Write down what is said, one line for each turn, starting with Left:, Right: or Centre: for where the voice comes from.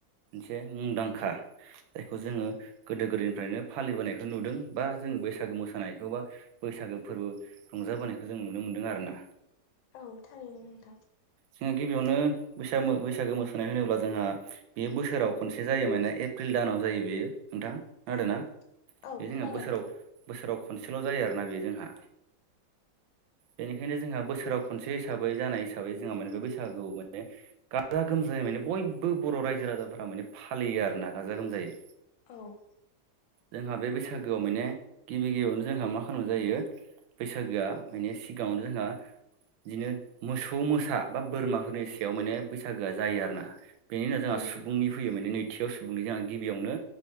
Right: मोनसे मुंदांखा जायखौ जोङो गोदो गोदायनिफ्रायनो फालिबोनायखौ नुदों बा जों बैसागो मोसानायखौ बा बैसागो फोरबो रंजाबोनायखौ जों नुनो मोनदों आरोना।
Left: औ थारैनो नोंथां।
Right: जोंहा गिबियावनो बैसागो मो बैसागो मोस होनाय होनोब्ला जोंहा बेयो बोसोराव खनसे जायो माने एप्रिल दानाव जायो बेयो माने नोंथां नादोंना
Left: औ औ
Right: बे
Left: खोनादों
Right: जोंहा बोसोराव बोसोराव खनसेल' जायो आरोना बे जोंहा बेनिखायनो जोंहा बोसोराव खनसे हिसाबै जानाय हिसाबै जोंहा माने बे बैसागु माने गाजा गोमजा जायै माने बयबो बर' रायजो राजाफ्रा माने फालियो आरो ना गाजा गोमजायै
Left: औ।
Right: जोंहा बे बैसागोआव माने गिबि गिबियावनो जोंहा मा खालामनाय जायो बैसागोआ माने सिगाङावनो जोंहा बिदिनो मोसौ मोसा बा बोरमाफोरनि सायाव माने बैसागोआ जायो आरोना बेनिनो जोंहा
Left: औ
Right: सुबुंनि फैयो माने नैथियाव सुबुंनि जोंहा गिबियावनो